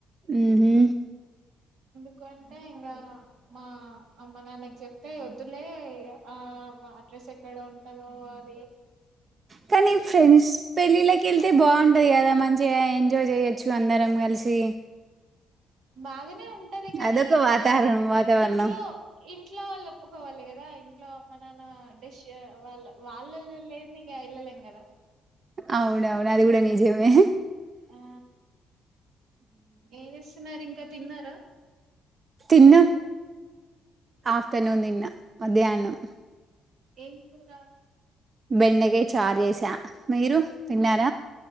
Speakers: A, on the right; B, on the right.
A: ఉహు
B: ఎందుకంటే ఇంగా మా అమ్మ నాన్నకి చెప్తే వద్దులే ఆ అడ్రస్ ఎక్కడ ఉంటాదో అది
A: కానీ ఫ్రెండ్స్ పెళ్ళిళ్ళకి వెళ్తే బాగుంటది కదా మంచి చే ఎంజాయ్ చేయొచ్చు అందరం కలిసి
B: బాగానే ఉంటది కానీ
A: అదొక వాతావరణం
B: పా
A: వాతావరణం
B: ఇంట్లో ఇంట్ ఇంట్లో వాళ్ళు ఒప్పుకోవాలి కదా ఇంట్లో మన డేసిన్ వాళ్ళ వాళ్ళ లే ఇగ వెళ్లలేము కదా
A: అవునువును అది కూడా నిజమే
B: ఆ ఏమిస్తున్నారు ఇంకా తిన్నారా
A: తిన్న ఆఫ్టర్నూన్ తిన్న మధ్యాహ్నం
B: ఏం కూర
A: బెండకయ చార్ చేసా మీరు తిన్నార